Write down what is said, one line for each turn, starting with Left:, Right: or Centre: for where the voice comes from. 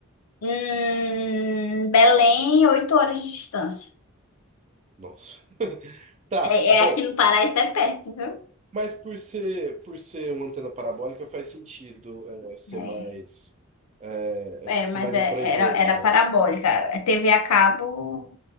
Left: Hum, Belém, oito horas de distância.
Right: Nossa. <laughs> Tá,
Left: É,
Right: bom.
Left: é aqui no Pará, isso é perto, viu?
Right: Mas por ser, por ser uma antena parabólica, faz sentido é, ser
Left: É,
Right: mais. é,
Left: é,
Right: é, ser
Left: mas
Right: mais
Left: é-
Right: abrangente,
Left: era, era
Right: né?
Left: parabólica. É TV a cabo,